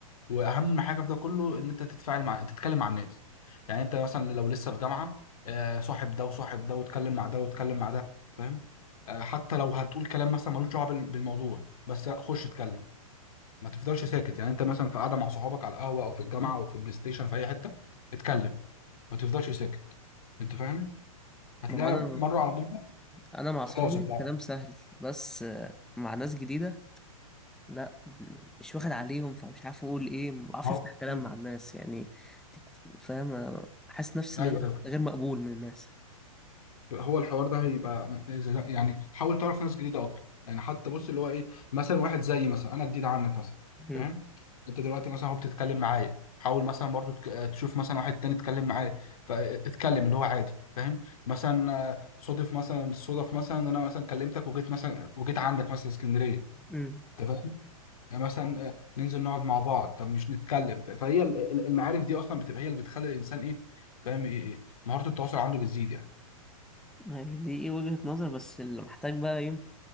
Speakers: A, on the left (about 80°); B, in the centre.
A: واهم حاجه في ده كله ان انت تتفاعل مع تتكلم مع الناس يعني انت مثلا لو لسه في جامعه آه، صاحب ده وصاحب ده واتكلم مع ده واتكلم مع ده فاهم آه، حتى لو هتقول كلام مثلا ملوش دعوه بال- بالموضوع بس لا خش اتكلم ما تفضلش ساكت يعني انت مثلا في قاعده مع صحابك على القهوه او في الجامعه او في البلاي ستيشن في اي حته اتكلم ما تفضلش ساكت انت فاهم هتلاقي
B: ما هو انا
A: مره على مره
B: انا مع اصحابي
A: خلاص انت
B: كلام سهل بس آه، مع ناس جديده لا مش واخد عليهم فمش عارف اقول ايه ما بعرفش
A: هو
B: افتح كلام
A: مم.
B: مع الناس يعني فاهم انا حاسس نفسي
A: ايوه
B: ان انا
A: ايوه
B: غير مقبول من الناس
A: هو الحوار ده هيبقى زي- يعني حاول تعرف ناس جديده اكتر يعني حتى بص اللي هو ايه مثلا واحد زيي مثلا انا جديد عنك مثلا
B: مم.
A: فاهم انت دلوقتي مثلا هو بتتكلم معايا حاول مثلا برضو تك- تشوف مثلا واحد تاني اتكلم معاه فاتكلم اللي هو عادي فاهم مثلا آه، صادف مثلا صدف مثلا ان انا مثلا كلمتك وجيت مثلا وجيت عندك مثلا اسكندريه
B: مم.
A: انت فاهم مثلا آه، ننزل نقعد مع بعض طب مش نتكلم ف- فهي ال- ال- المعارف دي اصلا بتبقى هي اللي بتخلي الانسان ايه فاهم إيه- مهارة التواصل عنده بتزيد يعني
B: يعني دي ايه وجهة نظر بس اللي محتاج بقى ايه